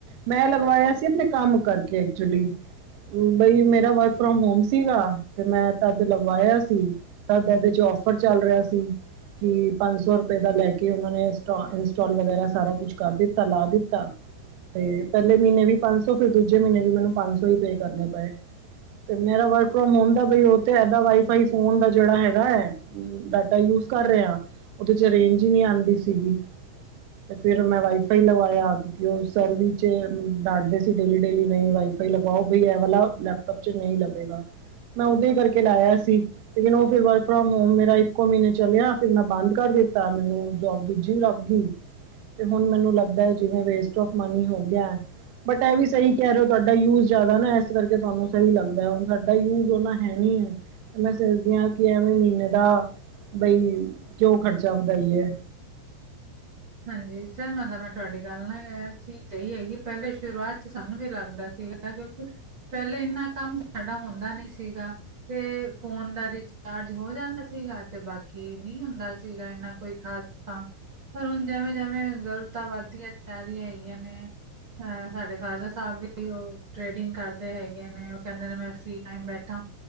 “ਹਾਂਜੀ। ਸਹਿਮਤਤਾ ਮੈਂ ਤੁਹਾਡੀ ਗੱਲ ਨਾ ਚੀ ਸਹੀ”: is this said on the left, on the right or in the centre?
Right